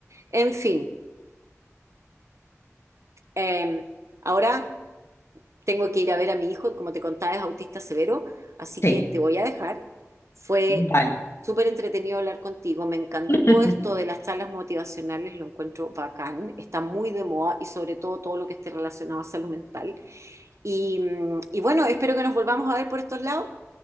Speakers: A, on the right; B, on the left.
A: en fin. eh, ahora tengo que ir a ver a mi hijo, como te contaba, es autista severo, así
B: sí,
A: que te voy a dejar. Fue
B: vale.
A: súper entretenido hablar contigo, me encantó
B: <laughs>
A: esto de las charlas motivacionales, lo encuentro bacán, está muy de moda y sobre todo todo lo que esté relacionado a salud mental. Y, mm, y bueno, espero que nos volvamos a ver por estos lados.